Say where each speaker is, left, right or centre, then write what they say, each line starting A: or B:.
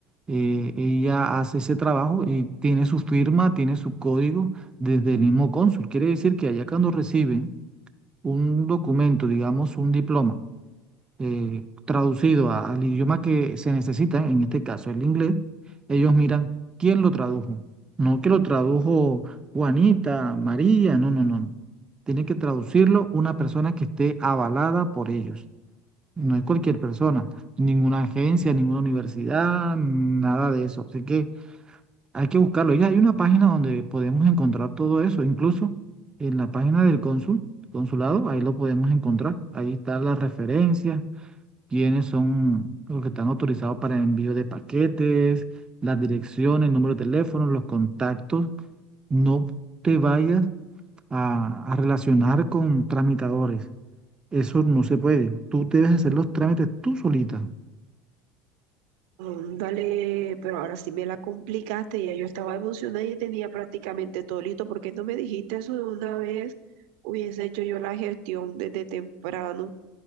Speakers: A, on the right; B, on the right.
A: eh, ella hace ese trabajo y tiene su firma, tiene su código desde el mismo cónsul. Quiere decir que allá cuando reciben un documento, digamos, un diploma eh, traducido a- al idioma que se necesita, en este caso el inglés, ellos miran quién lo tradujo. No que lo tradujo Juanita, María, no, no, no, no. Tiene que traducirlo una persona que esté avalada por ellos. No es cualquier persona, ninguna agencia, ninguna universidad, nada de eso. Así que hay que buscarlo. Ya hay una página donde podemos encontrar todo eso, incluso en la página del cónsul, consulado, ahí lo podemos encontrar. Ahí están las referencias, quiénes son los que están autorizados para envío de paquetes, las direcciones, el número de teléfono, los contactos. No te vayas a, a relacionar con tramitadores. Eso no se puede. Tú debes hacer los trámites tú solita.
B: Dale, pero ahora sí me la complicaste, ya yo estaba emocionada y tenía prácticamente todo listo. ¿Por qué no me dijiste eso de una vez? Hubiese hecho yo la gestión desde temprano